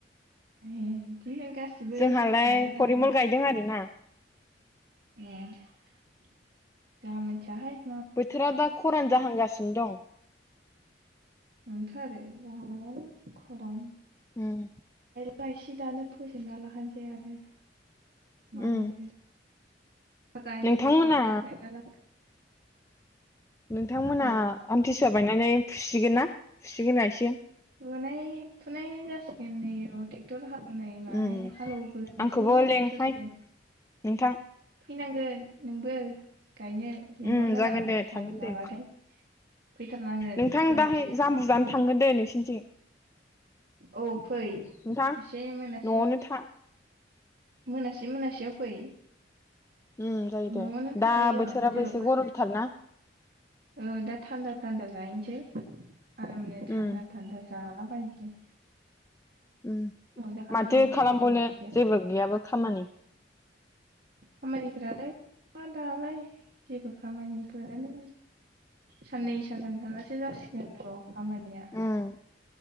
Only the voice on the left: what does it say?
जोंहालाय
परिमल
गायदों आरोना
बोथोरा दा खरान जाहांगासिनो दं।
उम
उम
नोंथांमोना
नोंथांमोना
आमथिसुवा बायनानै फुसिगोन ना फुसिगोन ना इसे?
उम
आंखौबो लेंहाय
नोंथां
ओम जागोन
दे
थांगोन
दे
नोंथां
दाहाय
जामबु
जानो
थांगोन दे नोंसिनिथिं।
नोंथां
न'आवनो था
उम जायो
दे
दा बोथोराबो
एसे गरमथारना
उम
ओम
माथो खालामबावनो
जेबो गैयाबो खामानि।
उम